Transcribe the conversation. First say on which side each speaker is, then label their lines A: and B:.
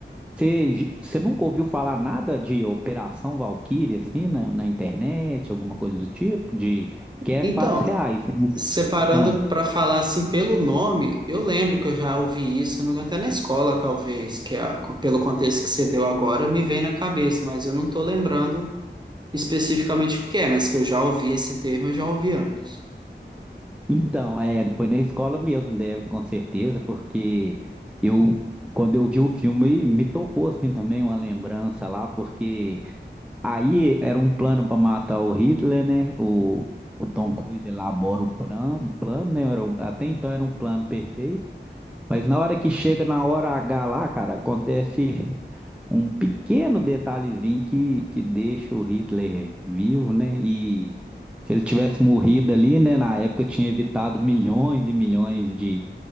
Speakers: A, in the centre; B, on the right.
A: Você você nunca ouviu falar nada de Operação Valkyrie, assim, na, na internet, alguma coisa do tipo? De, que é
B: Então,
A: fatos reais. né?
B: Separando
A: Ah,
B: para falar assim pelo nome, eu lembro que eu já ouvi isso, se não me engano, até na escola, talvez, que é a- pelo contexto que você deu agora, me vem na cabeça, mas eu não tô lembrando especificamente o que é, mas que eu já ouvi esse termo, eu já ouvi antes.
A: então, é, foi na escola mesmo, deve, com certeza, porque eu, quando eu vi o filme, me tocou, assim, também uma lembrança lá, porque Aí era um plano para matar o Hitler, né? O, o Tom Cruise elabora o, plan, o plano, né? Era um- até então era um plano perfeito. Mas na hora que chega na hora H lá, cara, acontece um pequeno detalhezinho que, que deixa o Hitler vivo, né? E se ele tivesse morrido ali, né? Na época tinha evitado milhões e milhões de,